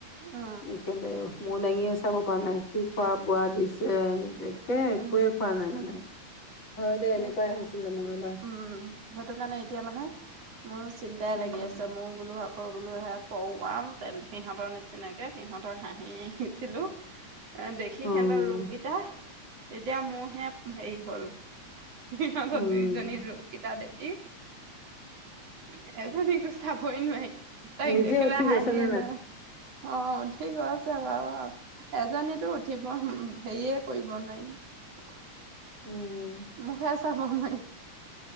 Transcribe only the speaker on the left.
<unintelligible> মূৰ দাঙিয়ে চাব পৰা নাই কি খোৱা বোৱা দিছে, একে একোৱে
খোৱা নাই মানে।
হয় দে এনেকুৱাই হৈছিলে মোৰ এবাৰ
উম
উম
উম
নিজে
উঠি
গৈছে নে নাই
উম।